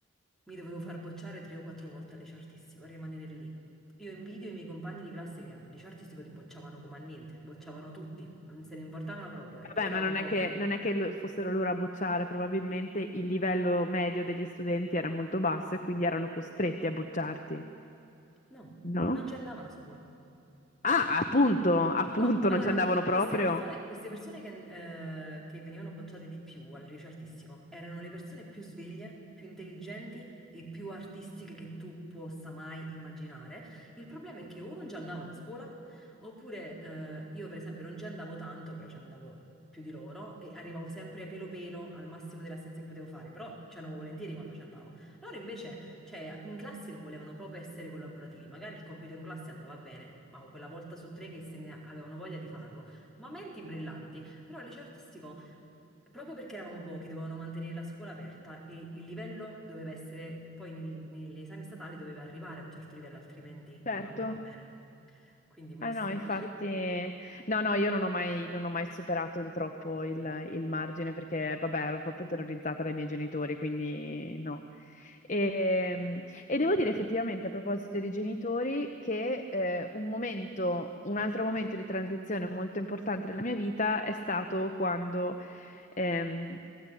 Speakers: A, in the centre; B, on the left.
A: mi dovevo far bocciare tre o quattro volte al liceo artistico e rimanere lì. Io invidio i miei compagni di classe che al liceo artistico ti bocciavano come a niente, bocciavano tutti, non se ne importavano proprio, eppure
B: Vabbè,
A: eravamo
B: ma non
A: pochi.
B: è che, non è che lo- fossero loro a bocciare, probabilmente il livello medio degli studenti era molto basso e quindi erano costretti a bocciarti,
A: No,
B: no?
A: non ci andavano a scuola.
B: Ah, appunto, appunto,
A: No, allora,
B: non ci andavano proprio.
A: queste persone, queste persone che, eh, che venivano bocciate di più al liceo artistico erano le persone più sveglie, più intelligenti e più artistiche che tu possa mai immaginare. Il problema è che o non ci andavano a scuola, oppure eh, io per esempio non ci andavo tanto, però ci andavo più di loro e arrivavo sempre pelo pelo al massimo delle assenze che potevo fare, però ci andavo volentieri quando ci andavo. Loro invece cioè, in classe non volevano proprio essere collaborativi. Magari il compito in classe andava bene, ma quella volta su tre che se ne avevano voglia di farlo. Ma menti brillanti. Però al liceo artistico, proprio perché eravamo pochi, dovevano mantenere la scuola aperta e il livello doveva essere, poi nel- negli esami statali doveva arrivare a un certo livello, altrimenti
B: Certo.
A: non andava bene. Quindi questo.
B: Ah no, infatti,
A: <laughs>
B: no, no, io non ho mai, non ho mai superato di troppo il, il margine perché, vabbè, ero proprio terrorizzata dai miei genitori, quindi no. E, e devo dire effettivamente, a proposito dei genitori, che eh, un momento, un altro momento di transizione molto importante nella mia vita è stato quando, ehm,